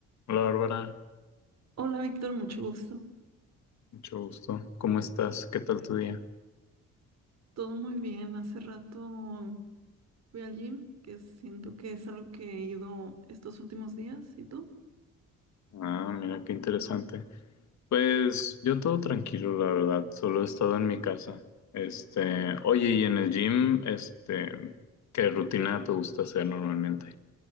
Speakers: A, on the left; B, on the right.
A: Hola Bárbara,
B: Hola Víctor, mucho gusto.
A: mucho gusto. ¿Cómo estás? ¿Qué tal tu día?
B: Todo muy bien. Hace rato fui al gym, que siento que es algo que he ido estos últimos días. ¿Y tú?
A: Ah, mira qué interesante. Pues yo todo tranquilo, la verdad. Solo he estado en mi casa. Este, oye, y en el gym, este, ¿qué rutina te gusta hacer normalmente?